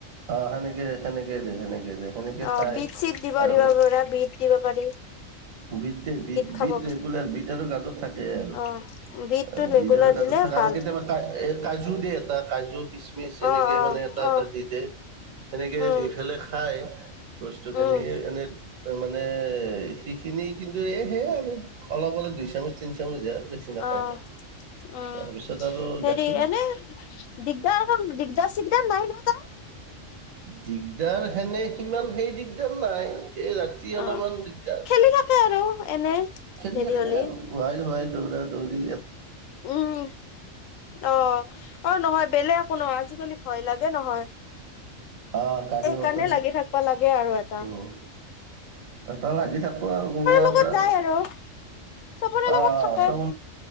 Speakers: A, on the right; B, on the left.
A: অ সেনেকে, সেনেকে দে, সেনেকে সেনেকে
B: অ
A: খাই,
B: বিট চিট দিব
A: আৰু
B: দিব পাৰা বিট দিব পাৰি
A: বিট, বিট,
B: খাব
A: বিট,
B: পাৰি।
A: Regular beet. এতিয়াতো গাজৰ থাকে। থাকে
B: অ বিটটো
A: আৰু
B: ৰেগুলাৰ
A: বিজাৰ গাজৰ
B: দিলে
A: থাকে
B: ভাল
A: আৰু কেতিয়াবা, এ কাজু দিয়ে কাজু, খীচমিচ এনেকে
B: অ অ
A: মানে এটা,
B: অ
A: এটা দি দে সেনেকে
B: উম
A: দি পেলাই খায় হয়। বস্তু খিনি
B: উম
A: এনে অ মানে সেইখিনি কিন্তু এই সে আৰু অলপ-অলপ দুই চামুচ তিনি চামুচ দিয়ে আৰু বেছি নাখায়
B: অহ,
A: নাই।
B: উম,
A: তাৰপিছত আৰু
B: হেৰি
A: গাখীৰ
B: এনে দিগদাৰ-দিগদাৰ চিগদাৰ নাই নহ তাৰ?
A: দিগদাৰ হেনে সিমান সেই দিগদাল নাই? এই ৰাতি অলপমান
B: অ
A: দিগদাৰ,
B: খেলি থাকে আৰু এনে
A: খেলী
B: হেৰি
A: থাকে
B: হলি
A: আৰু ভুৱাই ধুৱাই দৌৰা-দৌৰি
B: উম, অহ, অহ নহয় বেলেগ একো নহয়, আজি ভয় লাগে নহয়।
A: অ গাড়ী
B: এই
A: মটৰ
B: কাৰণে লাগি থাকিব লাগে আৰু এ ত
A: উম। এটা লাগি থাকো আৰু কোনোবা
B: লগত
A: এটা।
B: যায় আৰু চবৰে
A: অহ-অহ
B: লগত থাকে